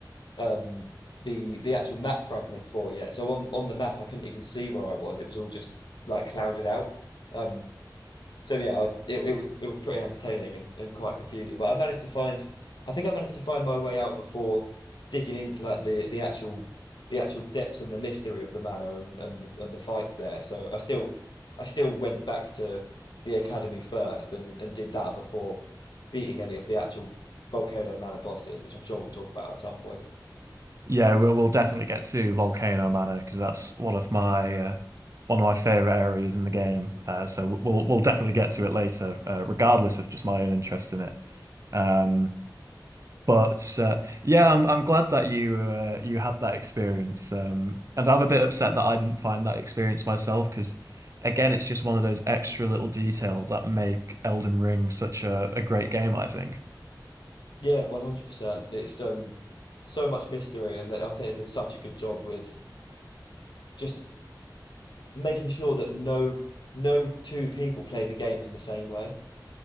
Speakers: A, on the left (about 70°); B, on the right (about 40°).
A: um the the actual map fragment for yet. So on on the map, I couldn't even see where I was. It was all just like clouded out. Um, so yeah, I, it, it was it was pretty entertaining and, and quite confusing. But I managed to find, I think I managed to find my way out before digging into like the the actual the actual depths and the mystery of the manor and and the, and the fights there. So I still I still went back to the academy first and and did that before beating any of the actual Volcano Manor bosses, which I'm sure we'll talk about at some point.
B: Yeah, we'll we'll definitely get to Volcano Manor because that's one of my uh, one of my favorite areas in the game. Uh, so we'll we'll definitely get to it later, uh, regardless of just my own interest in it. Um, But uh, yeah, I'm I'm glad that you uh, you had that experience. Um, and I'm a bit upset that I didn't find that experience myself because, again, it's just one of those extra little details that make Elden Ring such a, a great game, I think.
A: Yeah, 100%. It's um so much mystery, and I think they did such a good job with just making sure that no no two people play the game in the same way.